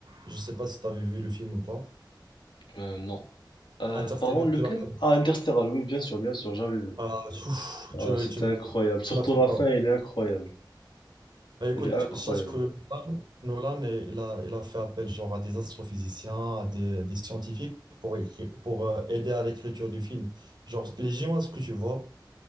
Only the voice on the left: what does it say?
euh, non. Euh,
pardon, lequel?
Ah, Interstellar. Oui, bien sûr, bien sûr, j'avais vu.
Ah,
c'était
incroyable.
Surtout
la fin,
elle est incroyable.
Elle est incroyable.